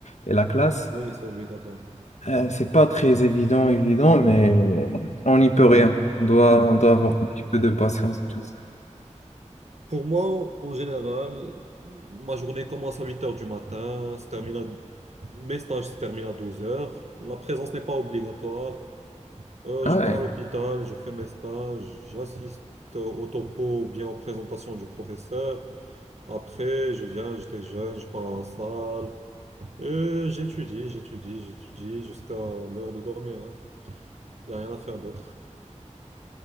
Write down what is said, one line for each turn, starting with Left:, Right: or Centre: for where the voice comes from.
Left: et la classe.
Right: oui, c'est obligatoire.
Left: Euh, c'est pas très évident, évident, mais on n'y peut rien. On doit,
Right: Faut faire
Left: on
Right: avec,
Left: doit avoir
Right: oui,
Left: un petit
Right: exactement,
Left: peu de patience
Right: faut faire
Left: et tout
Right: avec.
Left: ça.
Right: Pour moi, en général, ma journée commence à 8 heures du matin, se termine à- mes stages se terminent à 12 heures. La présence n'est pas obligatoire. Euh,
Left: Ah
Right: je
Left: Ouais.
Right: pars à l'hôpital, je fais mes stages, j'assiste au topo ou bien aux présentations du professeur. Après, je viens, j'étais jeune, je pars à la salle. Euh, j'étudie, j'étudie, j'étudie jusqu'à l'heure de dormir. hein. Il n'y a rien à faire d'autre.